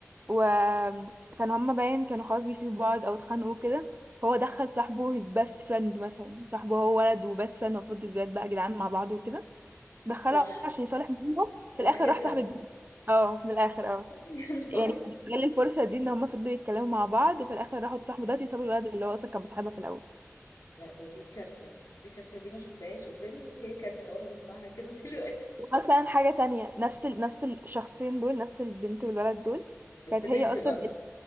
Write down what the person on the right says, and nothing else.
وكان هما باين كانوا خلاص بيسيبوا بعض او اتخانقوا كده فهو دخل صاحبه his best friend مثلا صاحبه هو ولد وبس friend المفروض الولاد بقى جدعان مع بعض وكده دخلها
عشان يصالح ما بينهم
في الاخر راح صاحب البنت اه من الاخر اه
يعني كان بيستغل الفرصه دي ان هما فضلوا يتكلموا مع بعض وفي الاخر راحوا اتصاحبوا دلوقتي وسابوا الولد اللي هو اصلا كان مصاحبها في الاول
ومثلا حاجه تانية نفس ال... نفس الشخصين دول نفس البنت والولد دول
كانت
هي اصلا